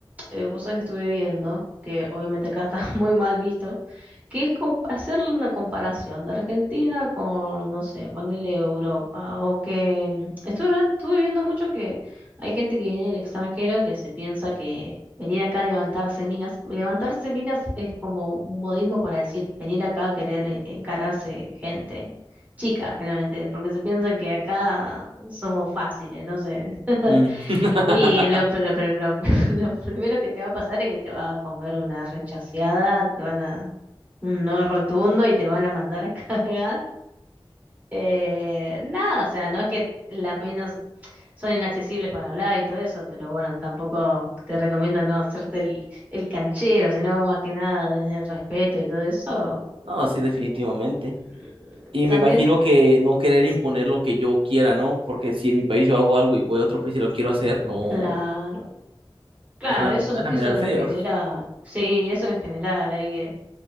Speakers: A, on the right; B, on the right.
A: eh, vos sabés que estuve viendo, que obviamente acá está <laughs> muy mal visto, que es com- hacerle una comparación de Argentina con, no sé, ponerle Europa, o que mm, estuve hablan- estuve viendo mucho que hay gente que viene del extranjero que se piensa que venir acá a levantarse minas, levantarse minas es como un modismo para decir venir acá a querer eh, encararse gente, chica, generalmente, porque se piensan que acá somos fáciles, no sé.
B: Mm. <laughs>
A: Y lo, pe- lo pe- lo- <laughs> lo primero que te va a pasar es que te va a comer una rechaceada, te van a un no rotundo y te van a mandar a <laughs> cagar. Eh, nada, o sea, no es que las minas son inaccesibles para hablar y todo eso, pero bueno, tampoco te recomiendo no hacerte el, el canchero, sino más que nada desde el respeto y todo eso.
B: No, sí, definitivamente.
A: Mm,
B: Y me
A: También,
B: imagino que no querer imponer lo que yo quiera, ¿no? Porque si en mi país yo hago algo y voy a otro país y lo quiero hacer, no,
A: claro, claro,
B: me van a,
A: eso,
B: me van
A: eso
B: a mirar feo.
A: en genera,
B: <laughs>
A: sí, eso en general, hay que